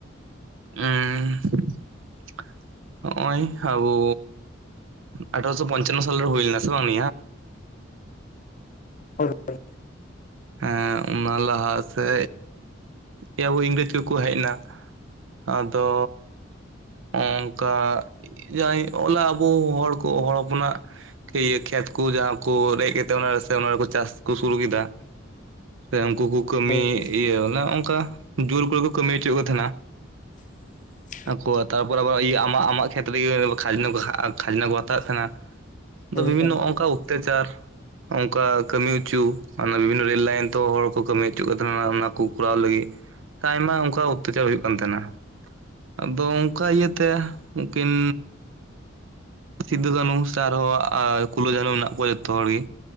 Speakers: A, on the right (about 80°); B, on the left (about 40°).
A: <inaudible> ᱦᱮ <unintelligible> ᱦᱚᱸᱜᱼᱚᱭ ᱟᱵᱚ ᱟᱴᱷᱨᱚᱥᱚ ᱯᱚᱧᱪᱟᱱᱱᱚ ᱥᱟᱞᱨᱮ ᱦᱩᱭ ᱞᱮᱱᱟ ᱥᱮ ᱵᱟᱝ
B: ᱦᱳᱭᱻᱳᱭ
A: ᱦᱮᱸ ᱚᱱᱟ ᱞᱟᱦᱟ ᱥᱮ ᱤᱭᱟᱹᱵᱚ ᱤᱝᱨᱮᱡᱽ ᱠᱚ ᱦᱮᱡ ᱮᱱᱟ ᱟᱫᱚ ᱚᱱᱠᱟ ᱡᱟᱦᱟᱸᱭ ᱟᱵᱚ ᱦᱚᱲ ᱠᱚ, ᱦᱚᱲ ᱦᱚᱯᱚᱱᱟᱜ ᱠᱷᱮᱛ ᱠᱚ ᱡᱟᱦᱟᱸ ᱠᱚ ᱨᱮᱡ ᱠᱟᱛᱮᱜ ᱚᱱᱟᱠᱚ ᱪᱟᱥ ᱠᱚ ᱥᱩᱨᱩ ᱠᱮᱫᱟ ᱥᱮ ᱩᱱᱠᱩ ᱠᱚ ᱠᱟᱹᱢᱤ
B: ᱦᱳᱭ ᱦᱳᱭ
A: ᱤᱭᱟᱹ ᱚᱱᱮ ᱚᱱᱠᱟ ᱡᱳᱨ ᱠᱚᱨᱮ ᱠᱚ ᱠᱟᱹᱢᱤ ᱦᱚᱪᱚᱭᱮᱫ ᱠᱚ ᱛᱟᱦᱮᱱᱟ᱾
B: <unintelligible>
A: ᱟᱠᱚ ᱛᱟᱨᱯᱚᱨ ᱟᱵᱟᱨ ᱟᱢᱟᱜ ᱠᱷᱮᱛᱨᱮᱜᱮ ᱠᱷᱟᱡᱽᱱᱟ, ᱠᱷᱟᱡᱽᱱᱟ ᱠᱚ ᱦᱟᱛᱟᱣ ᱮᱫ ᱛᱟᱦᱮᱱᱟ᱾ ᱟᱫᱚ ᱵᱤᱵᱷᱤᱱᱱᱚ
B: ᱦᱳᱭ
A: ᱦᱚᱜ ᱠᱟ ᱚᱛᱛᱮᱪᱟᱨ ᱚᱱᱠᱟ ᱠᱟᱹᱢᱤ ᱦᱚᱪᱚ ᱵᱤᱵᱷᱤᱱᱱᱚ ᱨᱮᱹᱞ ᱞᱟᱭᱤᱱ ᱛᱚ ᱦᱚᱲ ᱠᱚ ᱠᱟᱹᱢᱤ ᱦᱚᱪᱚ ᱠᱟᱱ ᱛᱟᱦᱮᱱᱟ᱾ ᱚᱱᱟ ᱠᱚ ᱠᱚᱨᱟᱣ ᱞᱟᱹᱜᱤᱫ ᱟᱭᱢᱟ ᱚᱝᱠᱟ ᱚᱛᱛᱟᱪᱟᱨ ᱦᱩᱭᱩᱜ ᱠᱟᱱ ᱛᱟᱦᱮᱱᱟ᱾ ᱟᱫᱚ ᱚᱱᱠᱟ ᱤᱭᱟᱹᱛᱮ ᱩᱱᱠᱤᱱ ᱥᱤᱫᱩ - ᱠᱟᱹᱱᱩ ᱥᱮ ᱟᱨᱦᱚᱸ ᱠᱩᱞᱳ - ᱡᱷᱟᱱᱚ ᱢᱮᱱᱟᱜ ᱠᱚᱣᱟ᱾ ᱡᱚᱛᱚ ᱦᱚᱲ ᱜᱤ